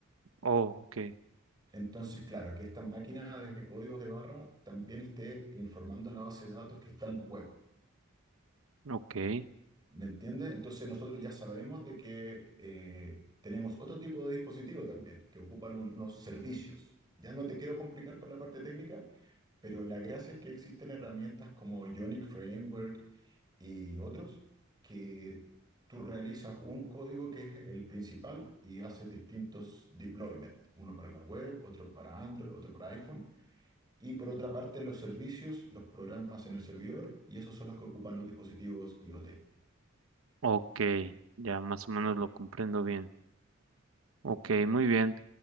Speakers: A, on the right (about 80°); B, on the right (about 20°).
A: Oh, ok,
B: Entonces, claro, que esta máquina de códigos de barra también esté informando a la base de datos que está en la web.
A: ok,
B: ¿Me entiendes? Entonces nosotros ya sabemos de que eh, tenemos otro tipo de dispositivo también, que ocupa un- unos servicios. Ya no te quiero complicar con la parte técnica, pero la gracia es que existen herramientas como Ionic Framework y otros que tú realizas un código que es el principal y haces distintos deployments, uno para la web, otro para Android, otro para iPhone. Y por otra parte, los servicios los programas en el servidor y esos son los que ocupan los dispositivos IoT.
A: ok. Ya más o menos lo comprendo bien. Ok, muy bien.